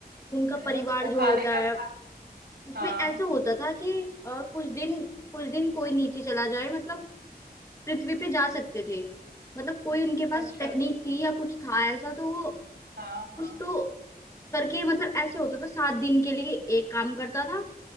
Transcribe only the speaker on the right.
है
ना और
खाने
का
खा,
हाँ
अच्छा
अच्छा
हाँ हाँ